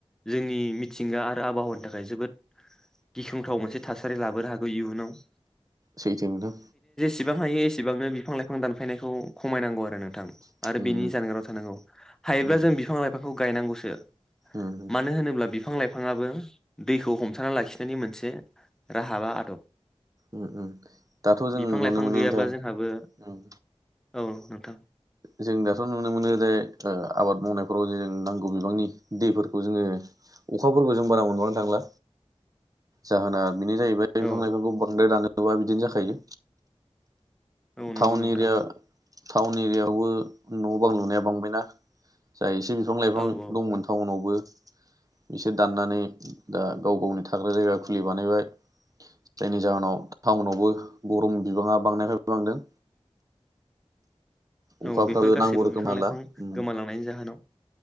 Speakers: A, in the centre; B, on the right.
A: जोंनि मिथिंगा आरो आबहावानि थाखाय जोबोद गिख्रंथाव मोनसे थासारि लाबोनो हागौ इयुनाव
B: सैथो नोंथां
A: इसेबां हायो एसेबांनो बिफां लाइफां दानफायनायखौ खमायनांगौ आरो नोंथां
B: नोंथां
A: आरो बिनि जानगाराव नंगौ हायोब्ला
B: उम
A: जों बिफां लाइफांखौ गायनांगौसो
B: उम
A: मानो होनोब्ला बि बिफां लाइफाङाबो दैखौ हमथाना लाखिनायनि मोनसे राहा बा आदब
B: उम उम दाथ' जों
A: बिफां
B: नुनो
A: लाइफां
B: मोनो
A: गैयाब्ला
B: नोंथां
A: जोंहाबो
B: उम
A: औ नोंथां
B: जों दाथ' नुनो मोनो जे ओ आबाद मावनायफोराव जों नांगौ बिबांनि दैफोरखौ जोङो अखाफोरखौ जों बारा मोनबांनो थांला जाहोना बेनो जाहैबाय बिफां
A: औ
B: लाइफांखौ बांद्राय दानो <unintelligible> बिदिनो जाखायो
A: औ नंगौ
B: थाउन
A: नोंथां
B: एरिया टाउन एरिआ यावबो न' बां लुनाया बांबायना जा एसे बिफां लाइफां
A: औ औ
B: दंमोन टाउनावबो बिसोर दाननानै दा गाव गावनि थाग्रा जायगा खुलि बानायबाय जायनि जाहोनाव टाउनावबो गरम बिबाङा बांनाय फाय बांदों अखाफ्राबो
A: औ बेफोर गासैबो
B: नांगौ रोखोम
A: बिफां
B: हाला
A: लाइफां
B: उम
A: गोमालांनायनि जाहोनाव